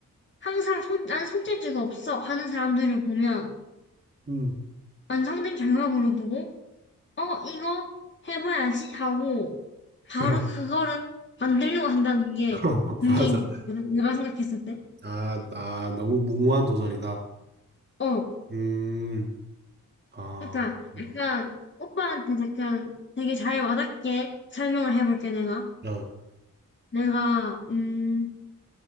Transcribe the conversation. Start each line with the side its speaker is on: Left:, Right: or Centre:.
Left: 항상 손, 난 손재주가 없어 하는 사람들을 보면
Right: 음,
Left: 완성된 결과물을 보고 어, 이거 해봐야지 하고 바로
Right: 그럼.
Left: 그거를 만들려고 한다는 게
Right: <laughs>
Left: 문제인
Right: 맞아.
Left: 것 같거든. 내가 생각했을 때.
Right: 아, 아, 너무 무모한 도전이다.
Left: 어,
Right: 음, 아,
Left: 그러니까
Right: 음,
Left: 약간 오빠한테 약간 되게 잘 와닿게 설명을 해볼게 내가.
Right: 어,
Left: 내가 음